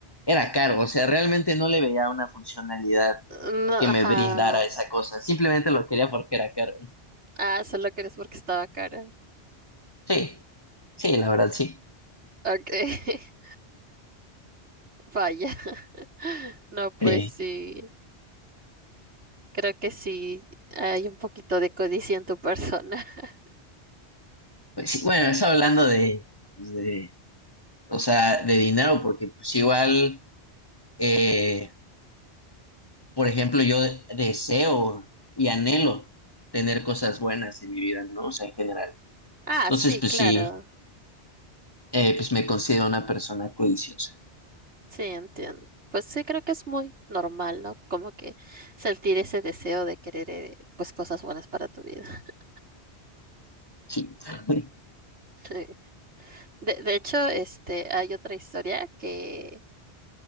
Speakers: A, on the left; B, on the right.
A: era caro, o sea, realmente no le veía una funcionalidad
B: No,
A: que
B: ajá.
A: me brindara esa cosa, simplemente lo quería porque era caro.
B: Ah, solo crees porque estaba cara.
A: Sí, sí, la verdad, sí.
B: Ok, <laughs> vaya. <laughs> No, pues
A: Eh,
B: sí, creo que sí hay un poquito de codicia en tu persona. <laughs>
A: pues sí, bueno, eso hablando de, pues, de, o sea, de dinero, porque pues igual, eh, por ejemplo, yo de- deseo y anhelo tener cosas buenas en mi vida, ¿no? O sea, en general.
B: Ah,
A: Entonces,
B: sí,
A: pues
B: claro,
A: sí. Eh, pues me considero una persona codiciosa.
B: sí, entiendo. Pues sí, creo que es muy normal, ¿no? Como que sentir ese deseo de querer, eh, pues, cosas buenas para tu vida. <laughs>
A: Sí. <laughs>
B: Sí. De, de hecho, este, hay otra historia que,